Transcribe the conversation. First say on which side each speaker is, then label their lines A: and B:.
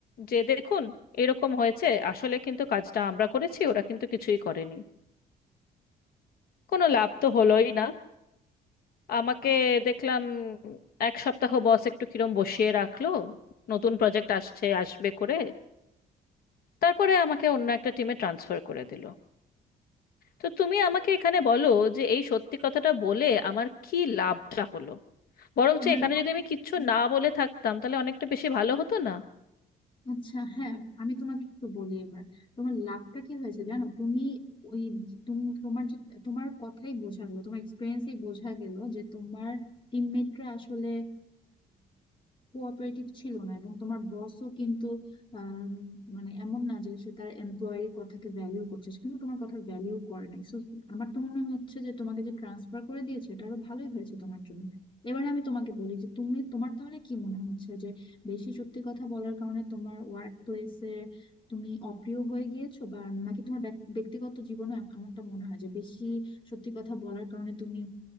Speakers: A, on the left; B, on the left.
A: যে দেখুন এরকম হয়েছে আসলে কিন্তু কাজটা আমরা করেছি ওরা কিন্তু কিছুই করেনি কোনো লাভ তো হলোই না আমাকে দেখলাম এক সপ্তাহ বস একটু কিরম বসিয়ে রাখলো নতুন প্রজেক্ট আসছে আসবে করে তারপরে আমাকে অন্য একটা টিমে ট্রান্সফার করে দিল তো তুমি আমাকে এখানে বলো যে এই সত্যি কথাটা বলে আমার কি লাভটা হলো বরঞ্চ
B: তোমার
A: এখানে যদি আমি কিচ্ছু না বলে থাকতাম তাহলে অনেকটা বেশি ভালো হতো না
B: আচ্ছা হ্যাঁ আমি তোমাকে একটু বলি এবার তোমার লাভটা কি হয়েছে জানো তুমি ওই যে- তুমি তোমার যে তোমার কথাই বোঝা গেল তোমার এক্সপিরিয়েন্সই বোঝা গেল যে তোমার টিমমেটরা আসলে কোঅপারেটিভ ছিল না এবং তোমার বসও কিন্তু আম, মানে এমন না যে সে তার এমপ্লয়ির কথাকে ভ্যালিউ করছে সে কিন্তু তোমার কথা ভ্যালিউ করে নাই সো আমার তো মনে হচ্ছে যে তোমাকে যে ট্রান্সফার করে দিয়েছে এটা আরো ভালোই হয়েছে তোমার জন্য এবার আমি তোমাকে বলি যে তুমি তোমার তাহলে কি মনে হচ্ছে বেশি সত্যি কথা বলার কারণে তোমার ওয়ার্ক প্লেসে তুমি অপ্রিয় হয়ে গিয়েছো বা নাকি তোমার ব্যক- ব্যক্তিগত জীবনে এমনটা মনে হয় যে বেশি সত্যি কথা বলার কারণে তুমি